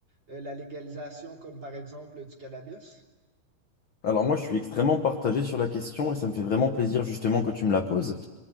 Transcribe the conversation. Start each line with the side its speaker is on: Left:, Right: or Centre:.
Right: euh, la légalisation comme par exemple du cannabis?
Left: Alors moi, je suis extrêmement partagé sur la question et ça me fait vraiment plaisir justement que tu me la poses.